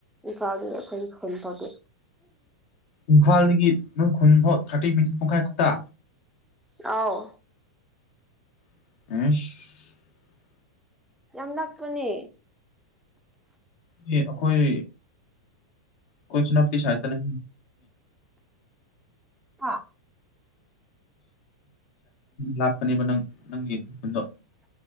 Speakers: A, in the centre; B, on the left.
A: ꯏꯝꯐꯥꯜꯗꯒꯤ ꯑꯩꯈꯣꯏ ꯈꯨꯟ ꯐꯥꯎꯗꯤ꯫
B: ꯏꯝꯐꯥꯜ ꯅꯣꯏ ꯈꯨꯟ ꯐꯥꯎ ꯊꯥꯔꯇꯤ ꯃꯤꯅꯤꯠ ꯄꯨꯡꯈꯥꯏ ꯈꯛꯇ꯫
A: ꯑꯧ꯫
B: <unintelligible>
A: ꯌꯥꯝ ꯅꯛꯄꯅꯦ꯫
B: ꯑꯦ ꯑꯩꯈꯣꯏ ꯑꯈꯣꯏꯁꯨ ꯅꯄꯤ ꯁꯥꯏꯠꯇꯅꯦ꯫
A: ꯍꯥ꯫
B: ꯂꯥꯞꯄꯅꯦꯕ ꯅꯪ ꯅꯪꯒꯤ ꯈꯨꯟꯗꯣ